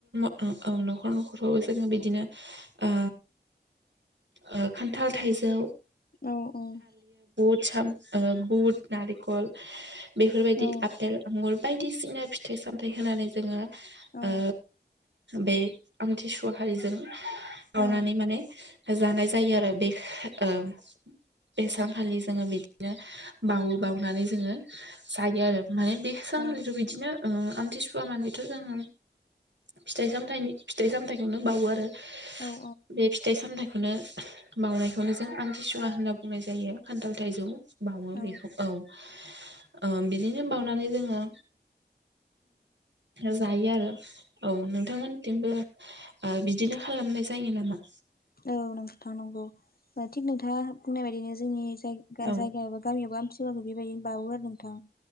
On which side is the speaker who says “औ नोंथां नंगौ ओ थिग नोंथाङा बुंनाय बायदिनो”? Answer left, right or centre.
Left